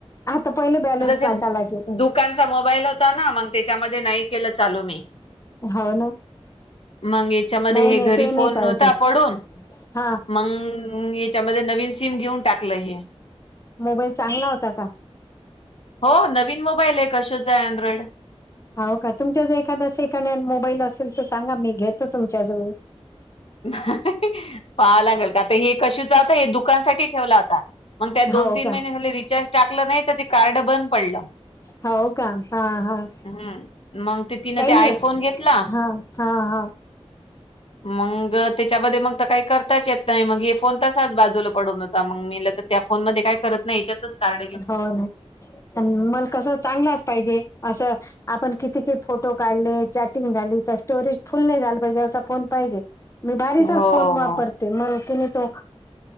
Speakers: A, on the left; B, on the left.
A: आता पहिले बॅलन्स
B: ते
A: टाका लागेल
B: दुकानचा मोबाईल होता ना, मग त्याच्यामध्ये नाही केलं चालू मी.
A: हो ना
B: मग याच्यामध्ये
A: नाही,
B: हे
A: नाही
B: घरी
A: ते नाही
B: फोन
A: पाहिजे.
B: होता पडून,
A: हां,
B: मंग हम याच्यामध्ये नवीन सिम घेऊन टाकलं हे.
A: मोबाईल चांगला होता का?
B: हो नवीन मोबाईल आहे, कशोचं आहे अँड्रॉइड.
A: हो का? तुमच्या जर एखादा सेकंड हँड मोबाईल असेल तर सांगा, मी घेतो तुमच्याजवळुन.
B: पाहा लागेल, का ता हे कशीचा होता हे दुकानसाठी ठेवला होता. मग त्यात
A: हो
B: दोन तीन
A: का?
B: महिने झाले रिचार्ज टाकलं नाही, तर ते कार्ड बंद पडलं.
A: हो का? हां, हां.
B: हम्म, मग ते तिनं
A: काही
B: ते आयफोन
A: नाही.
B: घेतला.
A: हां, हां, हां.
B: मग, त्याच्यामध्ये मग काही करताच येत नाही, मग हे फोन तसाच बाजूला पडून होता, मग मी तर त्या फोनमध्ये काय करत नाही, याच्यातच कार
A: हो ना, पण मल कसं चांगलाच पाहिजे असं आपण किती काही फोटो काढले, चॅटिंग झाली तर स्टोरेज फुल नाही झाला पाहिजे, असा फोन पाहिजे. मी भारीचाच
B: हो
A: फोन वापर
B: हो
A: मल कि नाही तो,